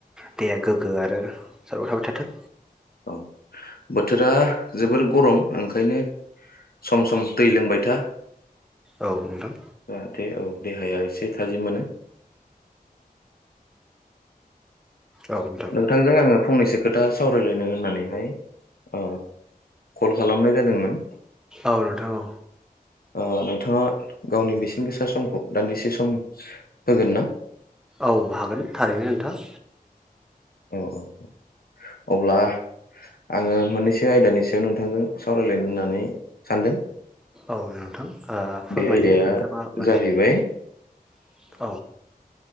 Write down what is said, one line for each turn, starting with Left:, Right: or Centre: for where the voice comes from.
Centre: देहाआ गोग्गो आरो मोजांयै थाबाय थाथों
Left: औ बोथोरा जोबोर गरम ओंखायनो सम सम दै लोंबाय था
Centre: औ नोंथां
Left: जाहाथे औ देहाया ए से थाजिम मोनो
Centre: औ नोंथां
Left: नोंथांजों आंङो फंनैसो खोथा सावरायलायनो होननानैहाय ओ कल खालामनाय जादोंमोन।
Centre: औ नोंथां औ
Left: ओ नोंथाङा गावनि बेसेन गोसा समखौ दान्दिसे सम होगोन ना?
Centre: औ हागोन थारैनो नोंथां
Left: औ औ औ अब्ला आङो मोननैसो आयदानि सायाव नोंथांजों सावरायलायनो होननानै सानदों।
Centre: औ नोंथां ओ फोरमायदो
Left: बे आयदाया
Centre: नोंथाङा मानि
Left: जाहैबाय
Centre: सायाव औ